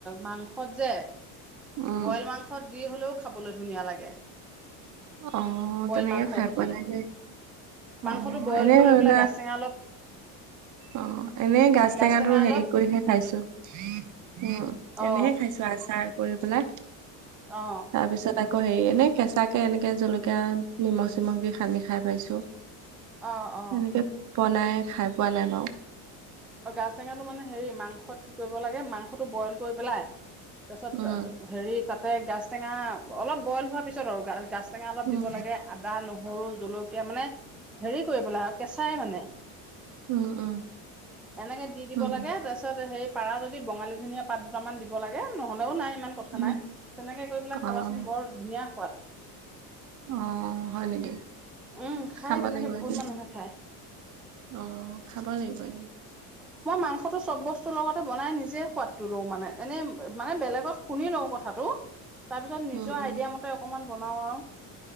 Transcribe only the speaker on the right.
উম,
অ',
তেনেকে
খাই
পোৱা নাই দেই। অ',
এনে
ধৰা
অ', এনে গাছ
টেঙাটো
হেৰি কৰিহে খাইছো। অ',
এনেহে খাইছো আচাৰ। কৰি পেলাই।
তাৰ পিছত আকৌ হেৰি এনে কেঁচা তাকে এনেকে জলকীয়া নিমখ চিমখ দি সানি খাই পাইছো,
এনেকে। বনাই খাই পোৱা নাই বাৰু।
উম,
উম,
উম, উম।
উম,
উম,
অ',
অ', হয় নেকি?
খাব
লাগিব
এদিন।
অ', খাব লাগিব এ।
উম, উম।